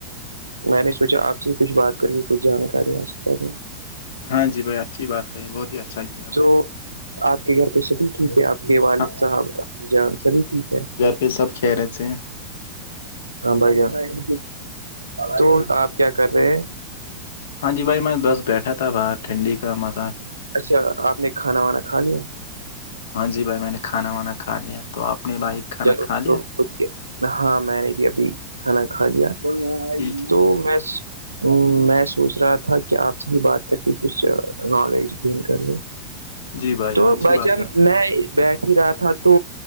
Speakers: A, on the right; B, on the left.
A: میں نے سوچا آپ سے کچھ بات کر کے کچھ جانکاری حاصل کر لو
B: ہاں جی بھائی اچھی بات کہی بہت ہی اچھا کیا ہے
A: تو
B: بھائی جان
A: آپ کے گھر پہ سبھی ٹھیک ہے آپ کے والد
B: ہاں
A: صاحب جان سبھی ٹھیک ہے
B: یہ سب خیرت سے ہیں
A: ہاں بھائی تو آپ کیا کر رہے
B: ہاں جی بھائی میں بس بیٹھا تھا باہر ٹھنڈی کا مزہ نہیں
A: اچھا آپ نے کھانا وانا کھا لیا
B: ہاں جی بھائی میں نے کھانا وانا کھا لیا تو آپ نے بھائی کھانا
A: چلو
B: کھا لیا
A: تو ہاں میں نے بھی ابھی کھانا کھا لیا
B: ٹھیک ہے
A: تو میں میں سوچھ رہا تھا کہ آپ سے ہی بات کر کے کچھ نالج گین کر لیں
B: جی
A: تو
B: جان اچھی
A: بھائی
B: بات
A: جان
B: ہے
A: میں بیٹھ ہی رہا تھا تو